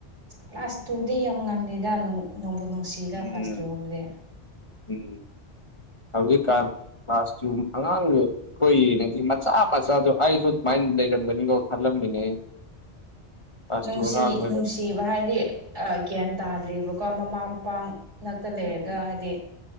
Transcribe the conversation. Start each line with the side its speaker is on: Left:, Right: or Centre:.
Right: ꯀ꯭ꯂꯥꯁ ꯇꯨꯗꯤ ꯌꯥꯝ ꯉꯜꯂꯤꯗ ꯅꯨꯡ ꯅꯨꯡꯕꯨ ꯅꯨꯡꯁꯤꯗ
Left: ꯎꯝ
Right: ꯀ꯭ꯂꯥꯁ ꯇꯨꯒꯨꯝꯕꯗꯤ
Left: ꯎꯝ ꯍꯧꯖꯤꯛꯀꯥꯟ ꯀ꯭ꯂꯥꯁ ꯇꯨ ꯑꯉꯥꯡꯗꯨ ꯀꯣꯏꯌꯦ ꯅ ꯃꯆꯥ ꯃꯆꯥꯗ ꯑꯩꯁꯨ ꯃꯥꯏꯟ ꯂꯩꯔꯝꯒꯅꯤꯀꯣ ꯈꯜꯂꯝꯃꯤꯅꯦ ꯑꯩ꯫ ꯀ꯭ꯂꯥꯁ
Right: ꯅꯨꯡꯁꯤ
Left: ꯇꯨ ꯑꯉꯥꯡ ꯑꯣꯏꯔꯗꯤ
Right: ꯅꯨꯡꯁꯤꯕ ꯍꯥꯏꯗꯤ ꯒ꯭ꯌꯥꯟ ꯇꯥꯗ꯭ꯔꯤꯕꯀꯣ ꯃꯃꯥ ꯃꯄꯥꯥ ꯅꯛꯇ ꯂꯩꯔꯒ
Left: ꯎꯝ
Right: ꯍꯥꯏꯗꯤ